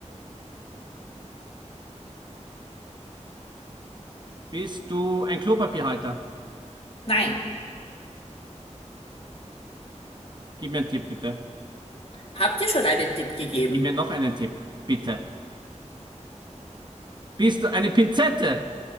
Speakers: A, on the right (about 35°); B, on the left (about 50°).
A: Bist du ein Klopapierhalter?
B: Nein.
A: Gib mir einen Tipp, bitte.
B: Habt ihr schon einen Tipp gegeben?
A: Gib mir noch einen Tipp, bitte. Bist du eine Pinzette?